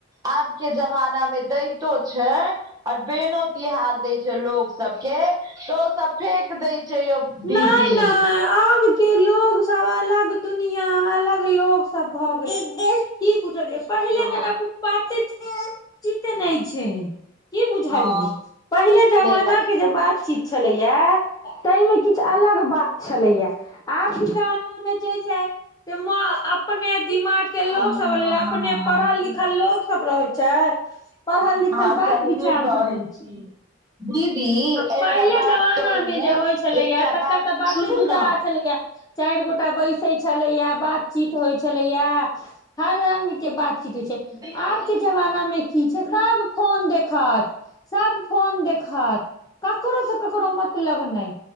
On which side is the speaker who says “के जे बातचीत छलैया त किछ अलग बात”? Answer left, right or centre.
Left